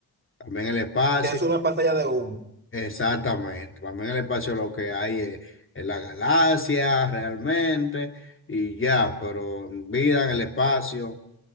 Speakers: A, on the left (about 30°); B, on the right (about 25°).
A: También el espacio,
B: que es una pantalla de humo.
A: exactamente. también el espacio lo que hay es, es la galaxia realmente y ya, pero vida en el espacio